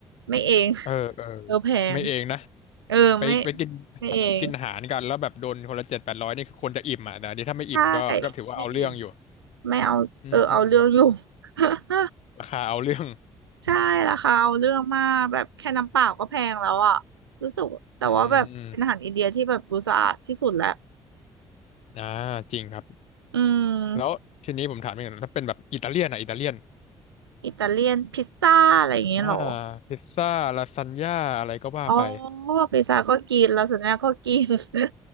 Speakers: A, on the right; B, on the left.
A: ไม่เอง <laughs>
B: เออเออ
A: เออแพง
B: ไม่เองนะ
A: เออไม่
B: ไปไปกิน
A: ไม่เอง
B: กินอาหารกันแล้วแบบโดนคนละเจ็ดแปดร้อยนี่คือคนจะอิ่มอ่ะแต่อันนี้ถ้าไม่อิ่มก็ก็ถือว่าเอาเรื่องอยู่
A: ใช่ไม่ไม่เอาเออเอาเรื่องอยู่
B: อืมอืม
A: <laughs>
B: ราคาเอาเรื่อง
A: ใช่ราคาเอาเรื่องมากแบบแค่น้ำเปล่าก็แพงแล้วอ่ะรู้สึกแต่ว่าแบบเป็นอาหารอินเดียที่แบบดูสะอาดที่สุดแล้ว
B: อืมอ่าจริงครับ
A: อืม
B: แล้วทีนี้ผมถามอีกหน่อยถ้าเป็นแบบอิตาเลียนอ่ะอิตาเลียน
A: อิตาเลียนพิซซ่าอะไรอย่างเงี้ยเหรอ
B: อ่าพิซซ่าลาซานญ่าอะไรก็ว่าไป
A: อ๋อพิซซ่าก็กินลาซานญ่าก็กิน <laughs>